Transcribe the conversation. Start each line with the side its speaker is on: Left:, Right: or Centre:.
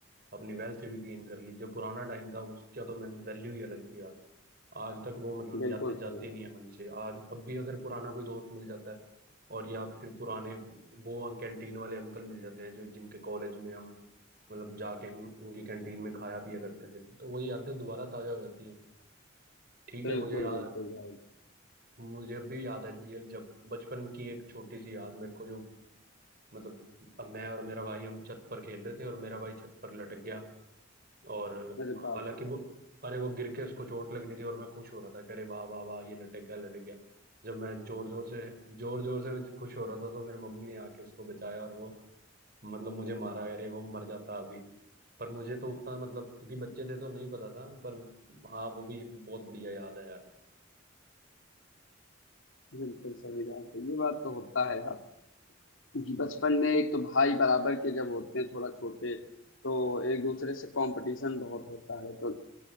Right: अपनी वेल्थ भी गेन कर ली जो पुराना टाइम था उसका तो मैंने वैल्यू ही अलग थी यार आज तक वो मतलब
Left: बिल्कुल
Right: यादें जाती
Left: सही
Right: नहीं
Left: बात
Right: है मन से आज अब भी अगर पुराना कोई दोस्त मिल जाता है और या फिर पुराने वो कैंटीन वाले अंकल मिल जाते हैं जो जिनके कॉलेज में हम मतलब जाके हम उनकी कैंटीन में खाया पिया करते थे तो वो यादें दोबारा ताजा हो जाती हैं ठीक
Left: बिल्कुल
Right: है मुझे याद
Left: बिल्कुल भाई
Right: मुझे अब भी याद है ये जब बचपन की एक छोटी सी याद मेरे को जो मतलब अब मैं और मेरा भाई हम छत पर खेल रहे थे और मेरा भाई छत पर लटक गया और
Left: अरे बाप
Right: हालांकि
Left: रे
Right: वो अरे वो गिर के उसको चोट लगनी थी और मैं खुश हो रहा था कि अरे वाह वाह वाह ये लटक गया लटक गया जब मैं जोर जोर से जोर जोर से मैं खुश हो रहा था तो मेरी मम्मी ने आके उसको बचाया और वो मतलब मुझे मारा अरे वो मर जाता अभी पर मुझे तो उतना मतलब क्योंकि बच्चे थे तो नहीं पता था पर हाँ वो भी एक बहुत बढ़िया याद है यार
Left: <laughs> बिल्कुल सही बात है ये बात तो होता है यार कि बचपन में एक तो भाई बराबर के जब होते हैं थोड़ा छोटे तो एक दूसरे से कंपटीशन बहुत होता है तो